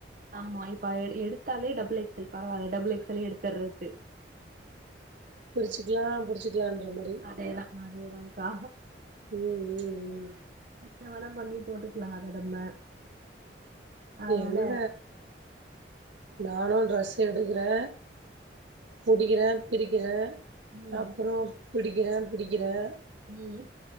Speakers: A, on the right; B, on the right.
A: ஆமா இப்ப எடுத்தாலே டபுள் எக்ஸ் எல் பரவால்ல டபுள் எக்ஸ் எல்லே எடுத்துறது
B: பிரிச்சுக்கலா புடிச்சுக்கலான்ற மாரி
A: அதேதா அதேதாங்கா
B: ம் ம் ம்
A: என்ன வேனா பண்ணி போட்டுக்கலா அத நம்ம அதனால
B: எங்க நானு ட்ரெஸ் எடுக்கறே புடிக்கிறே பிரிக்கிறே
A: ம்
B: அப்பறொ புடிக்கிறே பிடிக்கிறே
A: ம்